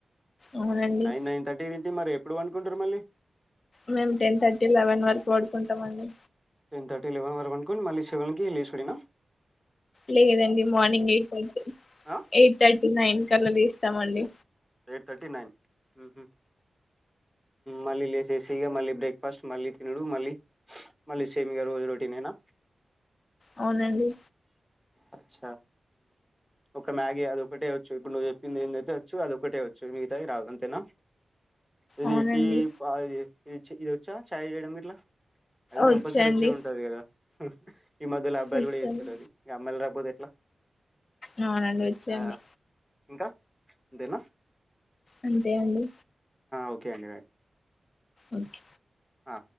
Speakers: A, on the left (about 35°); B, in the centre.
A: అవునండి
B: నైన్ నైన్ థర్టీ మరి ఎప్పుడు వన్కుంటర్ మళ్ళీ
A: మేమ్ టెన్ థర్టీ లెవెన్ వరకు వడుకుంటామండి
B: టెన్ థటీ లెవన్ వరకు వన్ కోని మళ్ళి సెవెన్కి లేశుడేనా
A: లేదండి మార్నింగ్ ఎయిట్ థర్టీ
B: ఆ
A: ఎయిట్ థర్ట్ నైన్ కల్లా లేస్తామండి
B: ఎయిట్ థర్టీ, నైన్ మ్మ్ హ్మ్ మళ్ళీ లేసేసి ఇగా మళ్ళీ బ్రేక్ఫాస్ట్ మళ్ళీ తినడు మళ్ళీ మళ్ళీ సేమ్ ఇయాల కూడ రోటీనేనా
A: అవునండి
B: వచ్చ ఒక మ్యాగి <unintelligible> ఒక్కటేవచ్చు ఇప్పుడు నువ్వు చెప్పింది ఏదైతే వచ్చు అది ఒకటేవచ్చు మిగతావి రావు అంతేనా ఇది
A: అవునండి
B: టీ అ ఇ ఇది వచ్చా ఛాయ్ చేయడం ఇట్లా అది
A: వచ్చండి
B: కంపల్సరీ వచ్చే ఉంటది కదా ఈ మధ్యలో అబ్బాయిలు
A: వచ్చండి
B: కూడా చేస్తారు అది ఇక అమ్మాయిలు రాకపోతే ఎట్లా
A: అవునండి వచ్చండి
B: ఆ ఇంకా అంతేనా
A: అంతే అండి
B: ఓకే అండి రైట్
A: ఓకే
B: ఆ